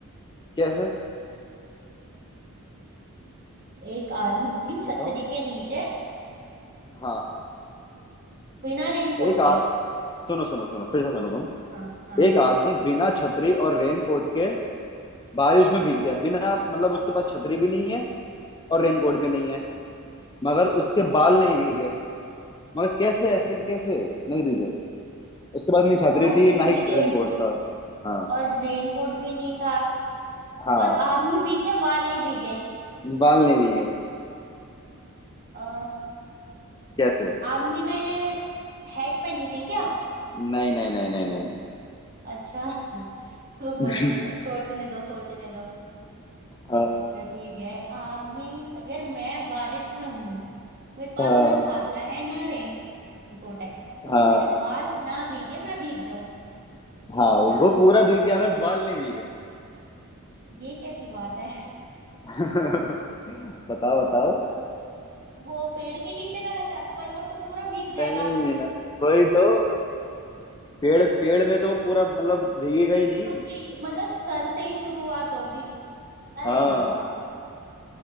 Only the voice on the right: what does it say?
एक आदमी छतरी
के नीचे
बिना रेनकोट
के
हाँ हाँ
बाल नहीं
भीगे
और रेनकोट भी नहीं था
और आदमी भीग गया बाल नहीं भीगे
अ,
आर्मी ने हैट पहनी थी क्या
अच्छा <laughs> रुको
दो सोचने दो सोचने दो
अच्छा ठीक है आर्मी अगर मैं बारिश में हूँ मेरे पास
ना छाता है ना रेन कोट है तो
मेरे बाल ना भीगे मैं भीग जाऊं तो
क्या
हो
सकता
है
ये कैसी बात है
अ, वो पेड़ के नीचे खड़ा था पर वो तो पूरा भीग जाएगा
हाँ, मतलब सर से ही शुरुआत होगी अरे
यार